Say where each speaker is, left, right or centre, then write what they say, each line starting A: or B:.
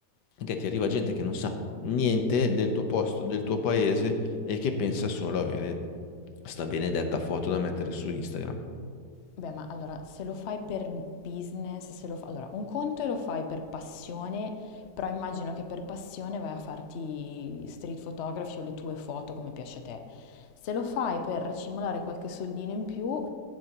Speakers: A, on the left; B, on the left.
A: perché ti arriva gente che non sa niente del tuo posto, del tuo paese e che pensa solo avere sta benedetta foto da mettere su Instagram.
B: Beh, ma allora, se lo fai per business, se lo fa... Allora, un conto è lo fai per passione, però immagino che per passione vai a farti street photography o le tue foto come piace a te. Se lo fai per racimolare qualche soldino in più,